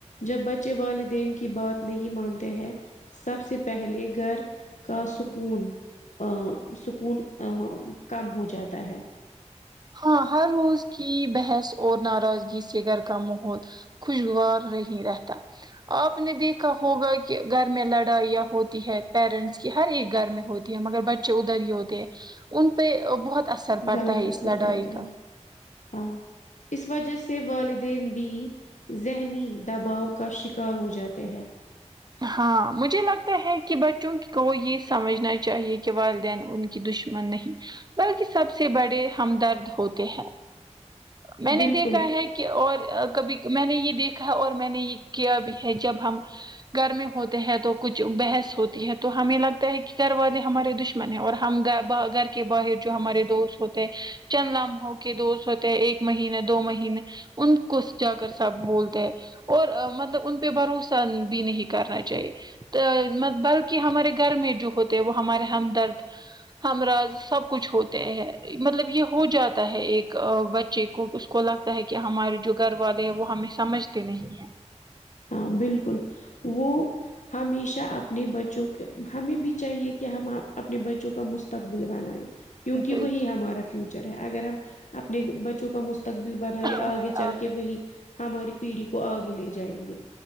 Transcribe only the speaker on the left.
جب بچے والدین کی بات نہیں مانتے ہیں سب سے پہلے گھر کا سکون ا سکون ا کم ہو جاتا ہے
غلط
اثر
پڑتا ہے
ہاں اس وجہ سے والدین بھی ذہنی دباؤ کا شکار ہو جاتے ہیں
بالکل
ہاں بالکل وہ ہمیشہ اپنے بچوں کے ہمیں بھی چاہیے کہ ہم اپنے بچوں کا مس تکبل بناے کیونکہ
وہی ہمارا فیوچر ہے اگر ہم اپنے بچوں کا مستقبل بنائے
آگے چل کہ وہی ہماری پیڑھی کو آگے لے جائیں گے